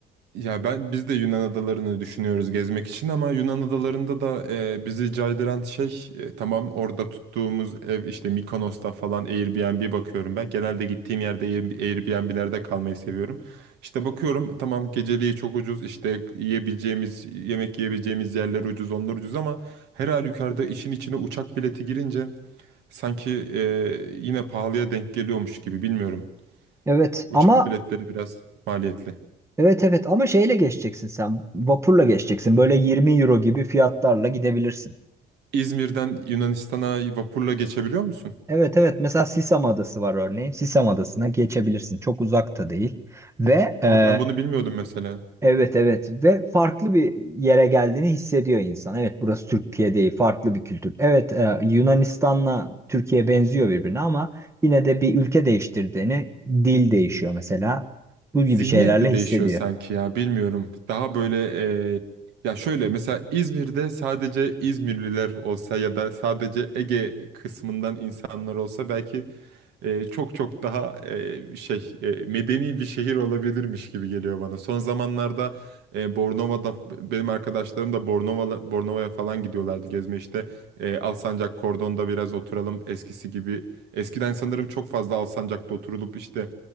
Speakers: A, on the right; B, on the right.
A: Ya ben biz de Yunan adalarını düşünüyoruz gezmek için ama Yunan adalarında da e, bizi caydıran şey e, tamam orada tuttuğumuz ev işte Mikonos'ta falan Airbnb bakıyorum ben. Genelde gittiğim yerde Air- Airbnb'lerde kalmayı seviyorum. İşte bakıyorum tamam geceliği çok ucuz işte yiyebileceğimiz yemek yiyebileceğimiz yerler ucuz onlar ucuz ama her halükarda işin içine uçak bileti girince sanki e, yine pahalıya denk geliyormuş gibi bilmiyorum.
B: Evet
A: Uçak
B: ama
A: biletleri biraz maliyetli.
B: Evet evet ama şeyle geçeceksin sen. Vapurla geçeceksin. Böyle 20 euro gibi fiyatlarla gidebilirsin.
A: İzmir'den Yunanistan'a vapurla geçebiliyor musun?
B: Evet evet mesela Sisam Adası var örneğin. Sisam Adası'na geçebilirsin. Çok uzak da değil. Ve e,
A: Aa, ben bunu bilmiyordum mesela.
B: evet evet ve farklı bir yere geldiğini hissediyor insan. Evet burası Türkiye değil farklı bir kültür. Evet e, Yunanistan'la Türkiye benziyor birbirine ama yine de bir ülke değiştirdiğini dil değişiyor mesela. Bu
A: Zihniyet
B: gibi şeylerle
A: de
B: hissediyor.
A: değişiyor sanki ya bilmiyorum. Daha böyle e, ya şöyle mesela İzmir'de sadece İzmirliler olsa ya da sadece Ege kısmından insanlar olsa belki e, çok çok daha e, şey e, medeni bir şehir olabilirmiş gibi geliyor bana. Son zamanlarda e, Bornova'da benim arkadaşlarım da Bornova Bornova'ya falan gidiyorlardı gezme işte. E, Alsancak Kordon'da biraz oturalım eskisi gibi. Eskiden sanırım çok fazla Alsancak'ta oturulup işte